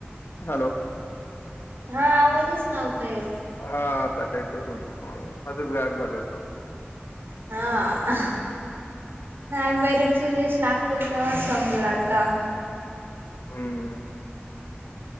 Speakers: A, on the left (about 70°); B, on the right (about 60°).
A: हॅलो.
B: हा आवाजच नव्हता. येत.
A: हाता बोला मधिच गायब झालं.
B: हा.
A: हम्म
B: नाही मेरिटची लीस लागतील तेव्हा समजल आता.
A: हम्म.